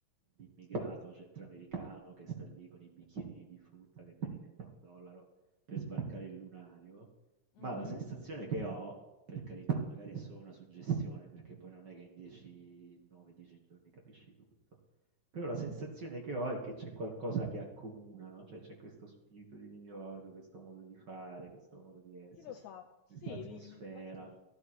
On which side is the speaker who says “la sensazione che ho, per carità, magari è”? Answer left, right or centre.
Right